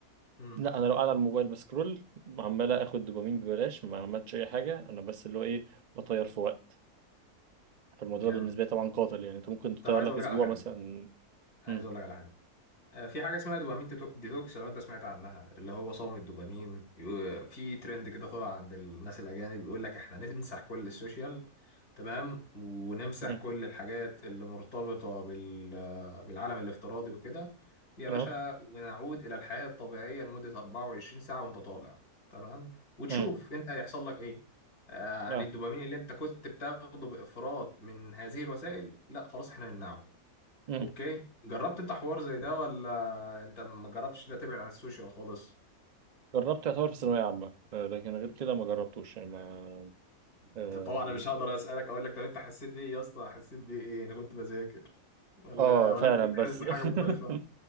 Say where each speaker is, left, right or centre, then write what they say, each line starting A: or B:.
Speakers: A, on the left (about 75°); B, on the right (about 70°).
A: امم
B: لا انا لو قاعد على الموبايل بسكرول عمال اخد دوبامين ببلاش ما عملتش اي حاجه انا بس اللي هو ايه بطير في وقت فالموضوع
A: جامد
B: ده بالنسبه لي طبعا قاتل يعني انت ممكن تطير
A: طب عايز
B: لك
A: اقول
B: اسبوع
A: لك على حاجه
B: مثلا
A: عايز
B: امم
A: اقول لك على حاجه آه، في حاجة اسمها دوبامين تيتو- ديتوكس لو انت سمعت عنها اللي هو صوم الدوبامين يو- في ترند كده طلع عند الناس الأجانب بيقول لك احنا نمسح كل السوشيال تمام ونمسح
B: امم
A: كل الحاجات اللي مرتبطة بال... آه، بالعالم الافتراضي وكده يا
B: اه
A: باشا ونعود إلى الحياة الطبيعية لمدة 24 ساعة وانت طالع تمام وتشوف
B: امم
A: انت هيحصل لك ايه آه، عن
B: اه
A: الدوبامين اللي انت كنت بتاخده بإفراط من هذه الوسائل لا خلاص احنا نمنعه
B: امم
A: اوكي جربت انت حوار زي ده ولا انت ما جربتش ده تبعد عن السوشيال خالص
B: جربت يعتبر في ثانوية عامة آه، لكن غير كده ما جربتوش يعني ما
A: انت
B: اه
A: طبعا انا مش هقدر اسالك اقول لك طب انت حسيت بايه يا اسطى حسيت بايه ايه، انا كنت بذاكر ولا
B: آه، آه،
A: ولا
B: فعلا
A: انت كنت
B: بس
A: حاسس بحاجه
B: <laughs>
A: مختلفه